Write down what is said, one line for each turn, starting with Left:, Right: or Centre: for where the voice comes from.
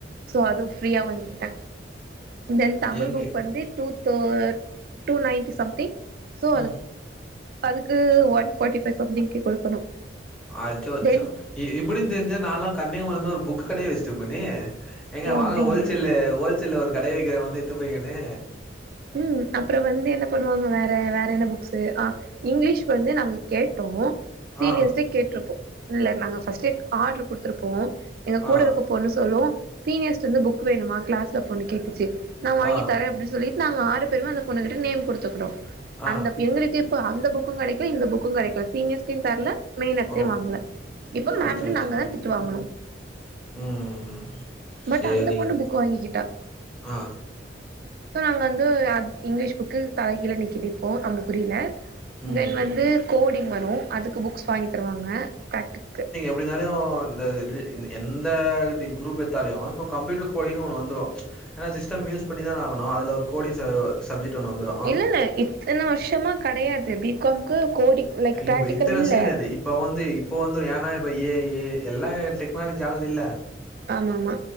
Right: சோ அது ஃப்ரீயா வாங்கிட்டே தென் தமிழ்
Centre: எங்க
Right: புக் வந்து டூ தோ டூ நைன்டி சம்திங் சோ
Centre: ம்
Right: அதுக் அதுக்கு ஒன் ஃபாட் ஃபைவ் சம்திங்கு குடுக்கணு
Centre: அச்சச்சோ
Right: தென்
Centre: இப்டின் தெரிஞ்சா நாலா கன்னியாகுமரில இருந்து ஒரு புக் கடயே வேஸ்ட் இருப்பேனே எங்க
Right: ஓ
Centre: வாங்க
Right: அப்டிங்களா
Centre: ஹோல்சேல்லு ஹோல்சேல்ல ஒரு கடையே வெக்கிற வந்து எத்துப் பேங்கன்னு
Right: ம் அப்றோ வந்து என்ன பண்ணுவாங்க வேற வேற என்ன புக்ஸ்சு அ இங்கிலீஷ் வந்து நாங்க கேட்டோ சீனியர்ஸ்ட
Centre: ஆ
Right: கேட்டிருப்போ இல்ல நாங்க ஃபர்ஸ்ட் ஆர்டர் குடுத்து இருப்போ எங்க கூட
Centre: ஆ
Right: இருக்க பொண்ணு சொல்லு சீனியர்ஸ்ட இருந்து புக் வேணுமா கிளாஸ்ல பொண்ணு கேட்டுச்சி நா வாங்கி
Centre: ஆ
Right: தரே அப்டி சொல்லி நாங்க ஆறு பேருமே அந்த பொண்ணுகிட்ட நேம் குடுத்து இருகாகுறோ
Centre: ஆ
Right: அந்த எங்களுக்கே இப்ப அந்த புக்கு கெடைக்கல இந்த புக்கு கெடைக்கல சீனியஸ்டயு தர்ல மெயின் அட்டயே
Centre: ஓ
Right: வாங்கல இப்போ மேமு
Centre: அச்சோ
Right: கிட்ட
Centre: அச்சோ
Right: நாங்க தா திட்டு வாங்கனோ
Centre: ம்
Right: பட்
Centre: சேரிங்
Right: அந்த பொண்ணு புக் வாங்கிக்கிட்டா
Centre: ஆ
Right: இப்ப நாங்க வந்து அத் இங்கிலீஷ் புக்கு தலகீழ நிக்கிது இப்போ அம்பு குறில
Centre: ம்
Right: தென் வந்து கோடிங் வரு அதுக்கு புக்ஸ் வாங்கி தருவாங்க பிராடிக்கு
Centre: எப்டி இருந்தாலியோ இந்த இது இ எந்த குரூப் எத்தாலியு இப்ப கம்ப்யூட்டர் கோடிங்னு ஒன்னு வந்துரு ஏன்னா சிஸ்டம் யூஸ் பண்ணிதானே ஆகணு அதுல ஒரு கோடிங் ச சப்ஜட் ஒன்னு வந்துரு
Right: இல்லல்ல இத்தன வருஷமா கடையாது பி காம் கு கோடிங் லைக் பிராட்டிகல்
Centre: இப்ப இத்தன வருஷோ
Right: இல்ல
Centre: கெடையாது இப்ப வந்து இப்போ வந்து ஏன்னா இப்ப ஏ ஏ எல்லா டெக்னாலஜி ஆகுதுல்ல
Right: ஆம் ஆமா